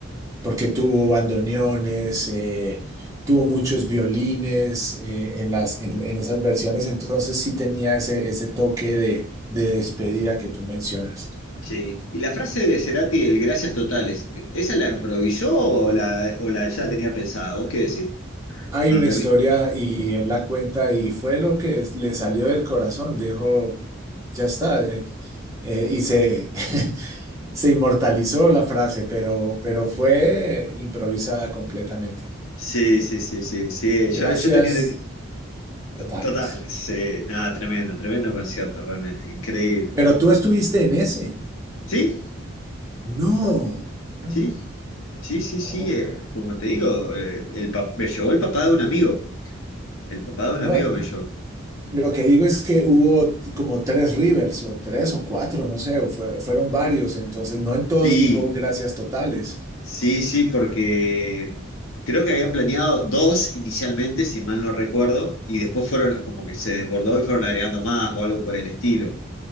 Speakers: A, on the right (about 15°); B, on the left (about 85°).
A: porque tuvo bandoneones, eh, tuvo muchos violines eh, en las, en, en esas versiones. Entonces sí tenía ese, ese toque de, de despedida que tú mencionas.
B: Sí. Y la frase de Cerati, el gracias totales, ¿esa la improvisó o la, o la ya tenía pensada? ¿Vos qué decís?
A: Hay
B: Cuando
A: una historia
B: termi-
A: y él la cuenta y fue lo que es- le salió del corazón, dijo, ya está, eh, eh, y se, <laughs> se inmortalizó la frase, pero, pero fue improvisada completamente.
B: Sí, sí, sí, sí, sí.
A: Gracias
B: Yo, yo tenía.
A: totales.
B: Total, sí, nada, tremendo, tremendo concierto, realmente, increíble.
A: Pero tú estuviste en ese.
B: ¿Sí?
A: No, no,
B: ¿Sí?
A: no,
B: Sí, sí, sí,
A: oh
B: eh,
A: my.
B: como te digo, eh, el pa- me llevó el papá de un amigo, el papá de un
A: No,
B: amigo me llevó.
A: lo que digo es que hubo t- como tres Rivers o tres o cuatro, no sé, o fue- fueron varios, entonces no en todos
B: Sí,
A: dijo gracias totales.
B: sí, sí, porque creo que habían planeado dos inicialmente, si mal no recuerdo, y después fueron como que se desbordó y fueron agregando más o algo por el estilo.